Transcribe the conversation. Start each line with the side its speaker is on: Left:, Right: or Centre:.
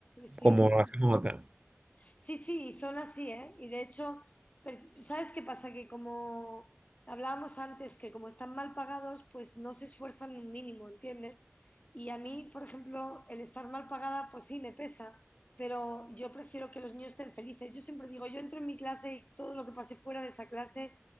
Left: sí, sí.
Right: como lo hacemos acá.
Left: Sí, sí, y son así, ¿eh? Y de hecho, per- ¿sabes qué pasa? Que como hablábamos antes, que como están mal pagados, pues no se esfuerzan un mínimo, ¿entiendes? Y a mí, por ejemplo, el estar mal pagada, pues sí, me pesa, pero yo prefiero que los niños estén felices. Yo siempre digo, yo entro en mi clase y todo lo que pase fuera de esa clase,